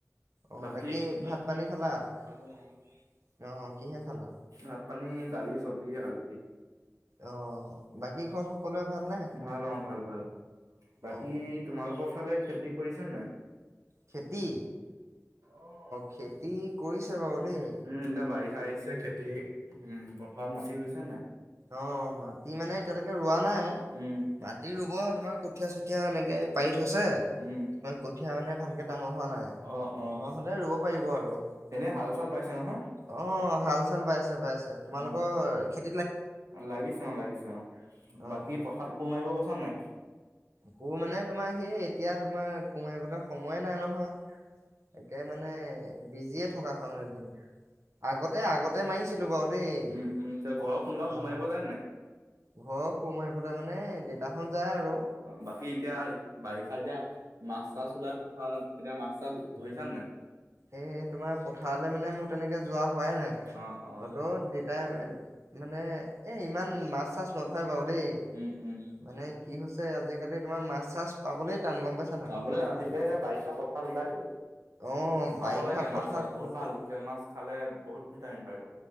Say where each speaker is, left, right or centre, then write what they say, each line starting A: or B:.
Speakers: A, on the right; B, on the right.
A: অ
B: বাকী
A: বাকি ভাত পানী খালা অ কিহে খালা?
B: ভাত পানী দালি চব্জি আলু
A: অহ বাকী ঘৰত সকলোৰে ভালনে?
B: ভাল অ ভাল ভাল বাকী
A: অ অ
B: তোমালোকৰ ফালে খেতি কৰিছ নাই
A: খেতি
B: অ
A: খেতি
B: উম
A: কৰিছে বাৰু দেই
B: এতিয়া বাৰিষা আহিছে খেতি উম পথাৰত মাটি ৰুইছে নাই
A: অ মাটি মানে এতিয়ালৈকে ৰোৱা নাই
B: উম
A: মাটি ৰুব তোমাৰ কঠীয়া চঠীয়া এনেকে পাৰি থৈছে তমাৰ
B: উম
A: কঠীয়া মানে ভালকে ডাঙৰ হোৱা নাই
B: অ অ
A: ডাঙৰ হলে ৰুব পাৰিব আৰু <unintelligible>
B: এনে হাল চাল বাইছে নহয়
A: অ হাল চাল বাইছে বাইছে তোমালোকৰ
B: অ
A: খেতি
B: লাগিছে অ লাগিছে অ
A: অ
B: বাকী পথাৰ কোৰ মাৰিব গৈছা নাই
A: কোৰ মানে তোমাৰ সেই এতিয়া তোমাৰ কোৰ মাৰিবলৈ সময়ে নাই নহয় একে মানে
B: অ
A: বিজিয়ে থকা হয় মানে দিনটো আগতে
B: অ
A: আগতে মাৰিছিলো
B: উম,
A: বাৰু দেই
B: উম,
A: <unintelligible>
B: তে কোনোবা কমাৰিব
A: অ
B: যায় নাই
A: ঘৰৰ কোৰ মাৰিবলৈ মানে দেউতাহঁত যায় আৰু
B: বাকী এতিয়া বাৰিষা এতিয়া মাছ চাছ ওলাই পথাৰত এতিয়া মাছ চাছ ধৰিছান নাই
A: এ তোমাৰ পথাৰলৈ মানে মোৰ তেনেকে যোৱা হোৱাই নাই
B: অ', অ',
A: হলেও দেতাই মানে এ ইমান মাছ চাছ নধৰে বাৰু দেই
B: উম, উম,
A: মানে কি হৈছে আজিকালি তোমাৰ মাছ চাছ পাবলে টান গম পাইছা নাই
B: যাবলৈ যাওঁ সেইকাৰণে এতিয়া বাৰিষা পথাৰত ওলাইতো।
A: অ
B: খাব
A: বাৰিষা
B: লাগে মাছ
A: পথাৰত
B: চাছ বহুত ভাল লোকেল মাছ খালে বহুত ভিটামিন পাইতো